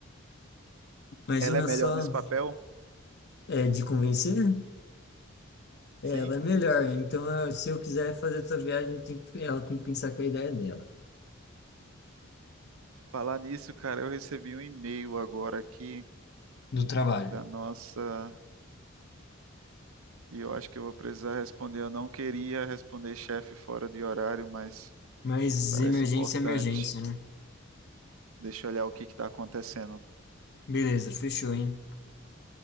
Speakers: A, on the left; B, on the right.
A: Imagina
B: Ela é melhor
A: só,
B: nesse papel?
A: é, de convencer, É,
B: Sim?
A: ela é melhor. Então, eu- se eu quiser fazer essa viagem, eu tenho que- ela tem que pensar com a ideia dela.
B: Falar nisso, cara, eu recebi um e-mail agora aqui
A: do trabalho.
B: da nossa. E eu acho que eu vou precisar responder. Eu não queria responder chefe fora de horário, mas
A: Mas
B: parece
A: emergência
B: importante.
A: é emergência, né?
B: Deixa eu olhar o que está acontecendo.
A: Beleza, fechou, hein?